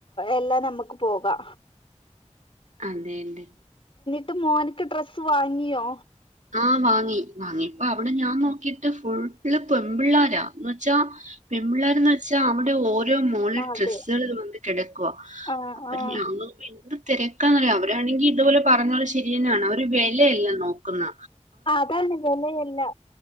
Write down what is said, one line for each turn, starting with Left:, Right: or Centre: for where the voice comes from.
Left: എല്ലാം നമ്മക്ക് പോകാ
Right: അത് തന്നെ
Left: ഇപ്പം മോനിക്ക് ഡ്രസ്സ് വാങ്ങിയോ
Right: ആ വാങ്ങി വാങ്ങിയപ്പം അവിടെ ഞാൻ നോക്കിട്ട് ഫുള്ള് പെമ്പിള്ളാരാ ച്ചാ പെമ്പിള്ളാര്ന്ന് ച്ചാ അവിടെ ഓരോ ഓരോ മോഡൽ
Left: അതെ
Right: ഡ്രസ്സുകൾ വന്ന കെടക്കുവാ
Left: ആഹ്
Right: അപ്പം
Left: ആഹ്
Right: ഞാൻ നോക്കുമ്പോ എന്ത് തെരക്കാന്നറിയോ അവരാണെങ്കി <unintelligible> പറഞ്ഞ പോലെ ശരി ന്നെയാണ് അവര് വെലയല്ല നോക്ക് ക്കുന്ന
Left: ആ അതാണ് വെലയല്ലാ